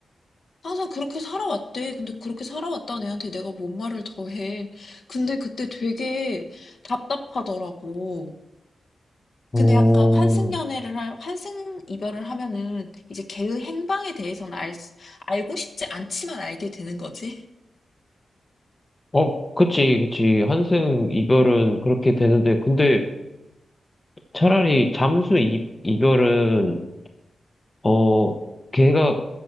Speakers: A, on the left; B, on the left.
A: 항상 그렇게 살아왔대. 근데 그렇게 살아왔다는 애한테 내가 뭔 말을 더 해. 근데 그때 되게 답답하더라고.
B: 어,
A: 근데 약간 환승 연애를 할, 환승 이별을 하면은 이제 걔의 행방에 대해서는 알, 수- 알고 싶지 않지만 알게 되는 거지.
B: 어, 그치, 그치. 한승 이별은 그렇게 되는데, 근데 차라리 잠수 이, 이별은, 어, 걔가